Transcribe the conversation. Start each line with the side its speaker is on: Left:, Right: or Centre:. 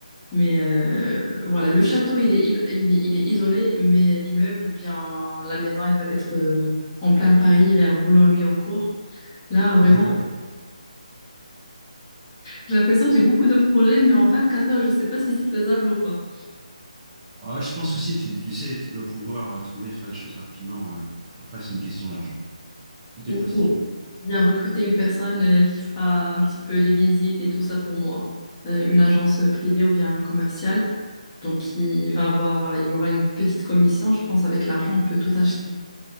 Left: Mais euh, voilà, le château, il est, il, il est, il est isolé, mais l'immeuble ou bien la maison, il va être euh, en plein Paris, vers Boulogne-Billancourt. Là, vraiment,
Right: D'accord.
Left: j'ai l'impression que j'ai beaucoup de projets, mais en 24 heures, je ne sais pas si c'est faisable ou pas.
Right: Ah, je pense que si, tu, tu sais, tu dois pouvoir euh, trouver, faire les choses rapidement. euh. Après, c'est une question d'argent. Voilà. Tout
Left: Il
Right: est possible.
Left: faut bien recruter une personne euh, qui fera un petit peu les visites et tout ça pour moi, Euh, une agence privée ou bien commerciale. Donc, il va avoir, il aura une petite commission. Je pense avec l'argent, on peut tout acheter.